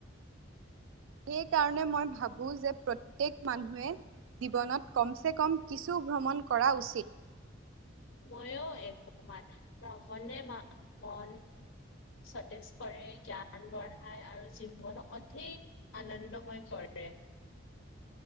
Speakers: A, on the right; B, on the left.
A: সেইকাৰণে মই ভাবো যে প্ৰত্যেক মানুহে- জীৱনত কম-চেকম কিছু ভ্ৰমণ কৰা উচিত।
B: মইও একমত, ভ্ৰমনে মা মন সতেজ কৰে, জ্ঞান বঢ়ায়, আৰু জীৱন অধিক- আনন্দময় কৰে।